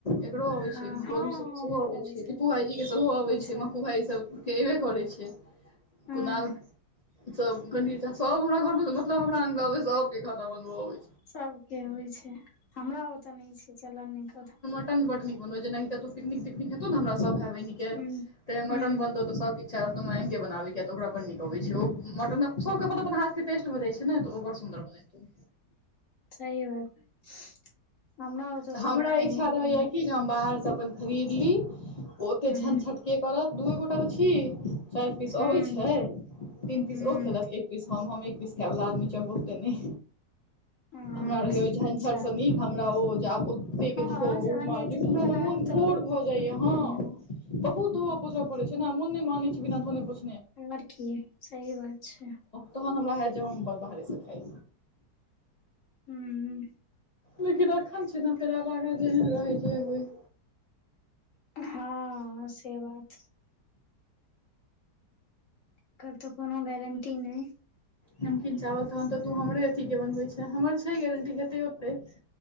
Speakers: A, on the left; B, on the left.
A: एकरो अबै छै
B: हँ
A: बोलू
B: हँ हँ
A: सब के
B: हुनको
A: सेहो अबै छै
B: छलै
A: दीपू भाईजी के सेहो अबै
B: अच्छा
A: छै मकू भाई सब केबै करै छिय
B: हँ
A: कुणाल सब की सब हमरा घर में मतलब हमरा अग लबे सब नै खाना बनब अबय
B: सबके होइ छै हमरा ओतऽ नहि छै चलन नहि कर
A: छै बड नीक बन जेना पिकनिक तिकनिक हेतौ ने हमरा सब भाईके
B: हूँ
A: तै मटनतौ
B: हूँ
A: त सब इच्छा रहतौंगे बनाबे के ओकरा पर नीकब छै मटन सब प पेस्ट बनै छै ने ओ बड़ सुन्दर बनतै
B: सह बात हमरा हो त
A: हमरा
B: त
A: इच्छा रहैया
B: छै
A: कि हम बाहर से अपन खरीदली ओते
B: हूँ
A: झंझटके करत दूए गोटा छी चाइर पीस
B: हूँ
A: अबे छै तीन पीस
B: हूँ
A: ओ खेलक एक पीस हम हम एक पिस खायबला आदमी छी बहुतेने
B: हँ
A: हमरा झंझाट
B: अच्छा
A: से नीक हमरा ओ आब ओतेक
B: हँ
A: धोउ
B: जहन
A: मजू
B: एतनी
A: हमरा
B: बनायब
A: ने मोन
B: तऽ
A: घोर भऽ जाइया
B: आओर
A: हँ बहुत धोआ पोषा पड़ै छै ने हमन नहि मानने छ बिना ध्वने पोष
B: उम्र की यै सही बात छै
A: तहन हमरा हयत जे हम अपन बाहरेसँ खाइ
B: हूँ
A: लेकिन अखन छै ने फेड़ बागा जेहन रहै जे होइ
B: हँ से बात एकर तऽ कोनो गारंटी नै
A: नमकीन चावल तह तऽ तू हमे अथी के बनवे छै हमर छै गारंटी हेतै ओतेक